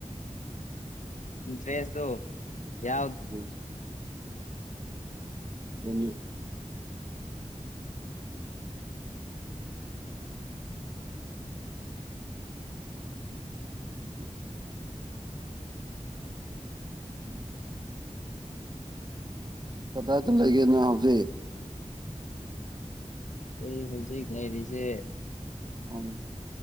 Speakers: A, on the left; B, on the right.
A: ꯇ꯭ꯔꯦꯁ ꯇ ꯌꯥ
B: ꯎꯝ ꯆꯨꯡꯅꯤ ꯎꯝ ꯄꯇꯥ ꯆꯂꯒꯦ ꯅ ꯍꯥꯖꯤꯦ
A: ꯑꯩ ꯍꯧꯖꯤꯛ ꯂꯩꯔꯤꯁꯦ
B: ꯎꯝ